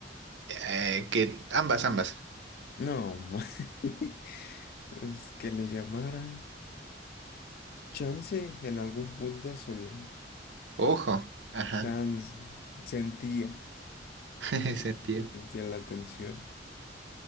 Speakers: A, on the right (about 75°); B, on the left (about 55°).
A: Eh, que ambas, ambas.
B: No, ma- <laughs> es que le llamara. Chance en algún punto a Solem.
A: Ojo, ajá,
B: Chance. Sentía.
A: <laughs>
B: Así
A: sentí
B: como que sentía la tensión.